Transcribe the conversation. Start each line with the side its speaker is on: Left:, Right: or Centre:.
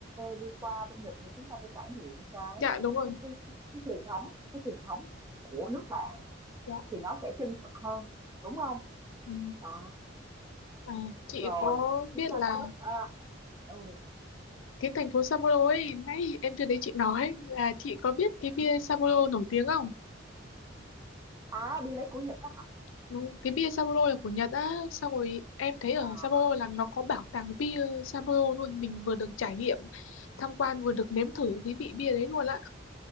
Right: đi qua bên Nhật thì chúng ta phải trải nghiệm cái
Left: Dạ đúng
Right: cái
Left: rồi.
Right: cái cái, cái, cái truyền thống, cái truyền thống của nước bạn
Left: Dạ.
Right: thì nó sẽ chân thực hơn, đúng không?
Left: Ừ.
Right: À
Left: À, chị
Right: Rồi,
Left: có
Right: chúng
Left: biết
Right: ta
Left: là
Right: kết à, ừ.
Left: cái thành phố Sapporo ấy, nãy em chưa thấy chị nói là chị có biết cái
Right: ừ.
Left: bia Sapporo nổi tiếng không?
Right: À đi lấy của Nhật á hả?
Left: Ừ, cái bia Sapporo là của Nhật á xong rồi em thấy ở
Right: À,
Left: Sapporo là nó có bảo tàng bia Sapporo luôn mình vừa được trải nghiệm tham quan vừa được nếm thử cái vị bia đấy luôn á